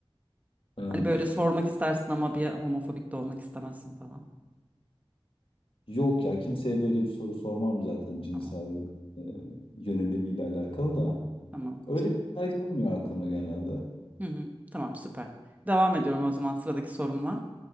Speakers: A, on the left; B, on the right.
A: Ee,
B: Hani böyle
A: pf,
B: sormak istersin ama bir homofobik de olmak istemezsin falan.
A: yok ya kimseye böyle bir soru sormam zaten cinsel
B: Tamam.
A: e, yönelimiyle alakalı da.
B: Tamam.
A: Öyle şeyler gelmiyor aklıma genelde.
B: Hı hı, tamam süper. Devam ediyorum o zaman sıradaki sorumla.